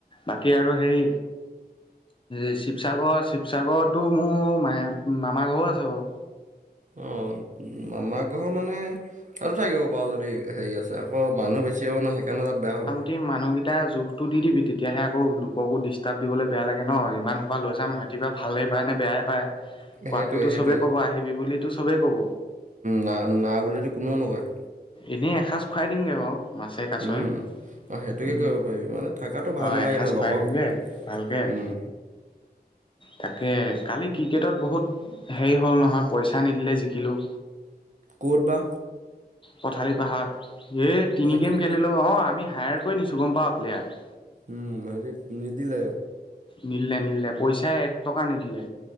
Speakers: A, on the left; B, on the right.
A: বাকী আৰু হেৰি এই শিৱসাগৰ শিৱসাগৰতো মোৰ মে-মামাৰ ঘৰো আছে বাৰু।
B: অ' মামাৰ ঘৰ মানে তাতে থাকিব পাৰ যদি হেৰি আছে আৰু। আকৌ মানুহ বেছি হ'লেনো সেইকাৰণে অলপ বেয়া হ'ব।
A: সেই মানুহকেই কেইটা জোখটো দি দিবি তেতিয়াহে আকৌ লোককো দিচ হিচাপ দিবলৈ বেয়া লাগে ন' ইমান সোপা লৈ যাম, সিহতি ভালেই পায় নে বেয়াই পায়, কোৱাটোতো
B: সেইটোৱে সেইটোৱে
A: চবেই ক'ব আহিবি বুলিতো চবেই ক'ব।
B: না না বুলিতো কোনেও নকয়।
A: এনেই এসাঁজ খুৱাই দিমগে বাৰু মাছে কাছয়ে।
B: উম, অঁ সেইটোকে
A: উম,
B: কৰিব পাৰিবি মানে থাকাটো ভাল
A: আ,
B: নালাগে
A: এসাঁজ
B: ন লগৰ
A: খুৱাই দিমগে ভালকে। <inaudible>
B: উম,
A: তাকে কালি ক্ৰিকেটত বহুত হেৰি হ'ল নহয় পইচা নিদিলে জিকিলোঁ।
B: ক'তবা?
A: পঠালি পাহাৰত। এই তিনি গেম
B: খে-
A: খেলিলোঁ। অ' আমি হায়াৰ কৰি নিছোঁ গ'ম পাওঁ প্লেয়াৰ।
B: উম, হেৰি নিদিলে?
A: নিদিলে নিদিলে, পইচাই এক টকা নিদিলে।